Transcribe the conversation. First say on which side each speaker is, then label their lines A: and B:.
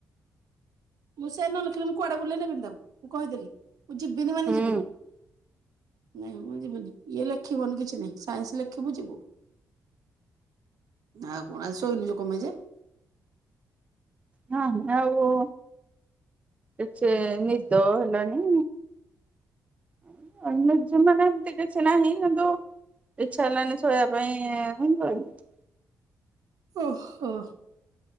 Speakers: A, on the right; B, on the right.
A: ମୁଁ ସେ ନଲେଖିଲେ ମୁଁ କୁଆଡେ ବୁଲେଇ ନେବିନି ତାକୁ ମୁଁ କହିଦେଲି, ମୁଁ ଯିବିନି ମାନେ
B: ହୁଁ
A: ଯିବିନି। ନାଇଁ ମୁଁ ଯିବିନି ଇଏ ଲେଖିବୁନି କିଛି ନାଇଁ ସାଇନ୍ସ ଲେଖିବୁ ଯିବୁ। ଆଉ କଣ ଆ ଶୋଇନଜେ କମ୍ପାଇ ଯେ।
B: ହଁ ଆଉ। ଏଚେ ନିଦ ହେଲାନି। <unintelligible> ଏମିତି କିଛି ନାଇଁ କିନ୍ତୁ ଇଚ୍ଛା ହେଲାନି ସୋ ଇବା ପାଇଁ <unintelligible>
A: ଓହୋ।